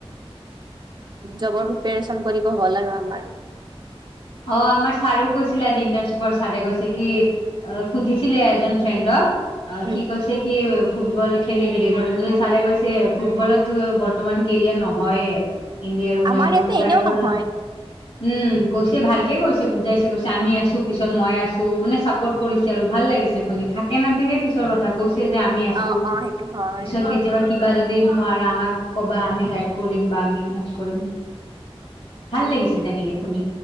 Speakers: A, on the right; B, on the left.
A: জবৰ প্ৰিপেৰেচন কৰিব হ'ল আৰু আমাৰ।
B: অ' আমাৰ ছাৰো কৈছিলে আজি ইণ্টাৰ্নশ্বিপৰ ছাৰে কৈছে কি অ সুধিছিলে এজন ফ্ৰেণ্ডক অ
A: উম
B: সি কৈছে কি ফুটবল খেলি হেৰি কৰিম যদি ছাৰে কৈছে ফুটবলতো বৰ্তমান কেৰিয়াৰ নহয়ে ইণ্ডিয়াৰো নাইতো
A: আমাৰ ইয়াতে
B: ট্ৰাই
A: এনেও
B: কৰা
A: নহয়
B: উম কৈছ ভালকে কৈছে বুজাইছে কৈছে আমি আছো পিছত মই আছো মানে চাপোৰ্ট কৰিছে আৰু ভাল লাগিছে শুনি থাকে নাথাকে পিছৰ কথা কৈছে যে আমি আছো
A: অ অ সেইটো হয়
B: পিছত কেতিয়াবা কিবা যদি নোৱাৰা আমাক ক'বা আমি
A: উম
B: গাইড কৰিম বা আমি হেল্প কৰিম, ভাল লাগিছে তেনেকে শুনি।